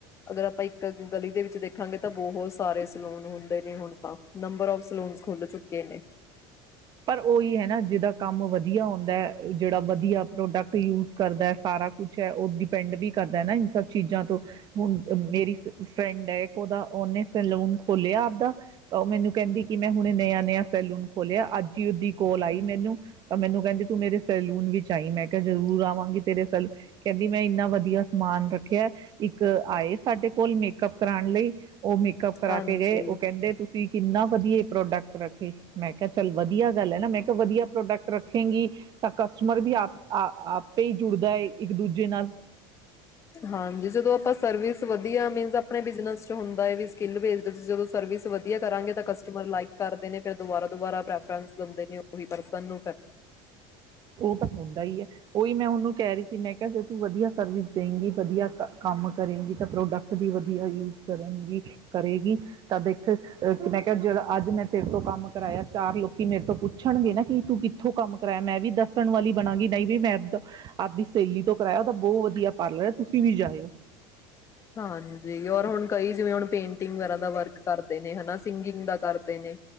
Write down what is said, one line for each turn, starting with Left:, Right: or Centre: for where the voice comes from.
Left: ਅਗਰ ਆਪਾਂ ਇੱਕ ਗਲੀ ਦੇ ਵਿੱਚ ਦੇਖਾਂਗੇ ਤਾਂ ਬਹੁਤ ਸਾਰੇ ਸਲੋਨ ਹੁੰਦੇ ਨੇ ਹੁਣ ਤਾਂ। Number of. ਸਲੂਨ ਖੁੱਲ ਚੁੱਕੇ ਨੇ।
Right: ਪਰ ਉਹੀ ਹੈ ਨਾ ਜਿਹਦਾ ਕੰਮ ਵਧੀਆ ਆਉਂਦਾ ਜਿਹੜਾ ਵਧੀਆ ਪ੍ਰੋਡਕਟ ਯੂਜ ਕਰਦਾ ਸਾਰਾ ਕੁਛ ਹੈ ਉਹ ਡਿਪੈਂਡ ਵੀ ਕਰਦਾ ਨਾ ਇਨ ਸਭ ਚੀਜ਼ਾਂ ਤੋਂ ਹੁਣ ਮੇਰੀ ਫਰੈਂਡ ਹੈ। ਇੱਕ ਉਹਦਾ ਉਹਨੇ ਸੈਲੂਨ ਖੋਲਿਆ ਆਪਦਾ ਤਾਂ ਉਹ ਮੈਨੂੰ ਕਹਿੰਦੀ ਕਿ ਮੈਂ ਹੁਣੇ ਨਿਆ ਨ ਸੈਲੂਨ ਖੋਲਿਆ ਅੱਜ। ਦੀ ਕੋਲ ਆਈ ਮੈਨੂੰ ਤਾਂ ਮੈਨੂੰ ਕਹਿੰਦੀ ਤੂੰ ਮੇਰੇ ਸੈਲੂਨ ਵਿੱਚ ਆਈ ਮੈਂ ਕਿਹਾ ਜ਼ਰੂਰ ਆਵਾਂਗੀ ਤੇਰੇ ਸੈਲੂ ਕਹਿੰਦੀ ਮੈਂ ਇੰਨਾ ਵਧੀਆ ਸਮਾਨ ਰੱਖਿਆ ਇੱਕ ਆਏ ਸਾਡੇ ਕੋਲ ਮੇਕਅਪ ਕਰਾਉਣ ਲਈ। ਉਹ ਮੇਕਅਪ ਕਰਾ
Left: ਹਾਂਜੀ
Right: ਕੇ ਗਏ ਉਹ ਕਹਿੰਦੇ ਤੁਸੀਂ ਕਿੰਨਾ। ਵਧੀਆ ਪ੍ਰੋਡਕਟ ਰੱਖੇ ਮੈਂ ਕਿਹਾ ਚੱਲ। ਵਧੀਆ ਗੱਲ ਹੈ। ਨਾ ਮੈਂ ਕਿਹਾ ਵਧੀਆ ਪ੍ਰੋਡਕਟ ਰੱਖੇਗੀ ਤਾਂ ਕਸਟਮਰ ਵੀ ਆਪ ਆਪੇ ਹੀ ਜੁੜਦਾ ਹੈ ਇੱਕ ਦੂਜੇ ਨਾਲ
Left: ਹਾਂਜੀ ਜਦੋਂ ਆਪਾਂ ਸਰਵਿਸ ਵਧੀਆ ਮੀਨ ਆਪਣੇ ਬਿਜਨਸ ਚ ਹੁੰਦਾ ਹੈ ਸਕਲ ਬੇਸਡ ਜਦ। ਸਰਵਿਸ ਵਧੀਆ ਕਰਾਂਗੇ ਤਾਂ ਕਸਟਮਰ ਲਾਈਕ ਕਰਦੇ ਨੇ। ਫਿਰ ਦੁਬਾਰਾ ਦੁਬਾਰਾ ਪ੍ਰੈਫਰੈਂਸ ਦਿੰਦੇ ਨੇ ਉਹੀ ਪਰਸਨ ਨੂੰ ਫਿਰ।
Right: ਉਹ ਤਾਂ ਹੁੰਦਾ ਹੀ ਹੈ ਉਹੀ ਮੈਂ ਉਹਨੂੰ ਕਹਿ ਰਹੀ ਸੀ ਮੈਂ ਕਿਹਾ ਜੇ ਤੂੰ ਵਧੀਆ ਸਰਵਿਸ ਦੇਂਗੀ ਵਧੀਆ ਕੰਮ ਕਰੇਗੀ ਤਾਂ ਪ੍ਰੋਡਕਟ ਵੀ ਵਧੀਆ ਯੂਜ ਕਰੇਗੀ ਕਰੇਗੀ ਤਾਂ ਦੇਖ ਮੈਂ ਕਿਹਾ ਜ ਅੱਜ ਮੈਂ ਤੇਰੇ ਤੋਂ ਕੰਮ ਕਰਾਇਆ ਚਾਰ ਲੋਕੀ ਮੇਰੇ ਤੋਂ ਪੁੱਛਣਗੇ ਨਾ ਕਿ ਤੂੰ ਕਿੱਥੋਂ ਕੰਮ ਕਰਾਇਆ ਮੈਂ ਵੀ ਦੱਸ। ਦੱਸਣ ਵਾਲੀ ਬਣਾਂਗੀ, ਨਹੀਂ ਵੀ ਮੈਂ ਪ-ਦ ਆਪਦੀ ਸਹੇਲੀ ਤੋਂ ਕਰਾਇਆ ਉਹਦਾ ਬਹੁਤ ਵਧੀਆ ਪਾਰਲਰ ਹੈ। ਤੁਸੀਂ ਵੀ ਜਾਇਓ।
Left: ਹਾਂਜੀ ਔਰ ਹੁਣ ਕਈ, ਜਿਵੇਂ ਹੁਣ ਪੇਂਟਿੰਗ ਵਗੈਰਾ ਦਾ ਵਰਕ ਕਰਦੇ ਨੇ ਹਨਾ, ਸਿੰਗਿੰਗ ਦਾ ਕਰਦੇ ਨੇ।